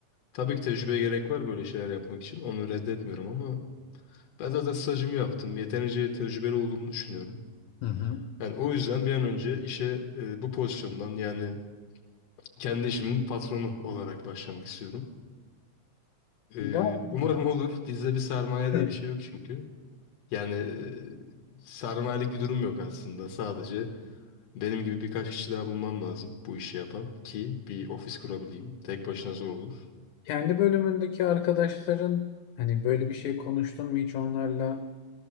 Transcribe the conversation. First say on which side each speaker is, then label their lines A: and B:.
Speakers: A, on the left; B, on the left.
A: tabii ki tecrübeye gerek var böyle şeyler yapmak için. Onu reddetmiyorum ama... Ben zaten stajımı yaptım. Yeterince tecrübeli olduğumu düşünüyorum.
B: Hı hı.
A: Yani o yüzden bir an önce işe e, bu pozisyondan yani kendi işimin patronu olarak başlamak istiyorum. E,
B: Gayet
A: umarım
B: iyi.
A: olur. Bizde bir sermaye
B: Evet.
A: diye bir şey yok çünkü. Yani e, sermayelik bir durum yok aslında. Sadece benim gibi birkaç kişi daha bulmam lazım bu işi yapan ki bir ofis kurabileyim. Tek başına zor olur.
B: Kendi bölümündeki arkadaşların hani böyle bir şey konuştun mu hiç onlarla?